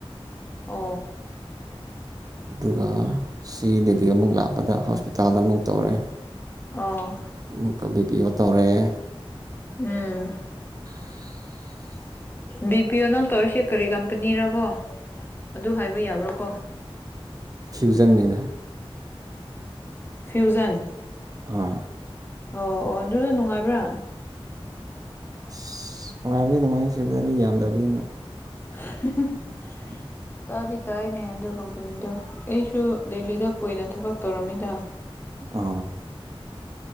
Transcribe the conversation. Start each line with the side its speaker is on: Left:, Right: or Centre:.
Left: ꯑ
Right: ꯑꯗꯨꯒ ꯁꯤ ꯗꯦꯜꯂꯤ ꯑꯃꯨꯛ ꯂꯥꯛꯄꯗ ꯍꯣꯁꯄꯤꯇꯥꯜꯗ ꯑꯃꯨꯛ ꯇꯧꯔꯑꯦ
Left: ꯑꯣ
Right: ꯑꯃꯨꯛꯀ ꯕꯤ ꯄꯤ ꯑꯣ ꯇꯧꯔꯑꯦ
Left: ꯎꯝ
Right: <inaudible>
Left: ꯕꯤ ꯄꯤ ꯑꯣ ꯅꯪ ꯇꯧꯔꯤꯁꯦ ꯀꯔꯤ ꯀꯝꯄꯅꯤꯔ ꯀꯣ ꯑꯗꯨ ꯍꯥꯏꯕ ꯌꯥꯕ꯭ꯔꯥꯀꯣ
Right: ꯍ꯭ꯌꯨꯖꯪꯅꯤꯅ
Left: ꯐ꯭ꯌꯨꯖꯟ
Right: ꯑꯥ
Left: ꯑꯣ ꯑꯣ ꯑꯗꯨꯁꯨ ꯅꯨꯡꯉꯥꯏꯕ꯭ꯔꯥ
Right: ꯁ ꯅꯨꯡꯉꯥꯏꯌꯦ ꯅꯨꯡꯉꯥꯏ ꯁꯤꯗꯔꯤ ꯌꯥꯝꯗ꯭ꯔꯕꯅꯤꯅ
Left: <unintelligible>
Right: <inaudible>
Left: ꯇꯥꯗꯤ ꯇꯥꯏꯅꯦ ꯑꯗꯨ ꯀꯝꯄꯅꯤꯗꯣ ꯑꯩꯁꯨ ꯗꯦꯜꯂꯤꯗ ꯀꯨꯏꯅ ꯊꯕꯛ ꯇꯧꯔꯝꯃꯤꯗ
Right: ꯑ